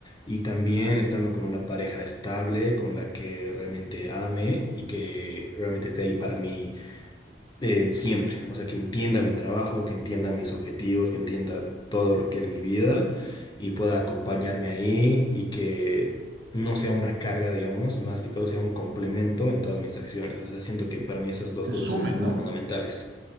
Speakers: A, on the left; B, on the right.
A: Y también
B: ¿verdad?
A: estando con una pareja estable, con la que realmente ame y que realmente esté ahí para mí eh, siempre, o sea, que entienda mi trabajo, que entienda mis objetivos, que entienda todo lo que es mi vida y pueda acompañarme ahí y que no sea una carga, digamos, más que todo sea un complemento en todas mis acciones. O sea, siento que para mí esas dos
B: Te
A: cosas
B: sume,
A: son muy
B: ¿no?
A: fundamentales.